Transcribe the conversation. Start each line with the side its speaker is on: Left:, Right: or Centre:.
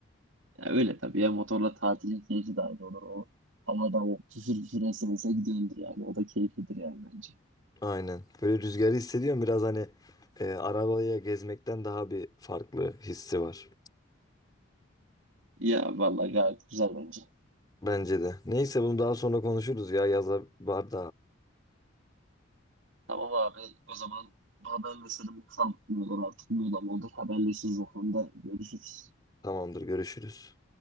Right: Ya öyle tabii ya motorla tatilin keyfi de ayrı olur. O havada o küfür küfür esense gidiyordur yani. O da keyiflidir yani bence.
Left: Aynen. Böyle rüzgarı hissediyorum biraz hani e, arabaya gezmekten daha bir farklı hissi var.
Right: Ya vallahi gayet güzel bence.
Left: Bence de. Neyse bunu daha sonra konuşuruz ya. Yaza var
Right: Tamam abi o zaman haberleşelim. Kamp mı olur artık ne olur haberleşiriz o konuda görüşürüz.
Left: Tamamdır görüşürüz.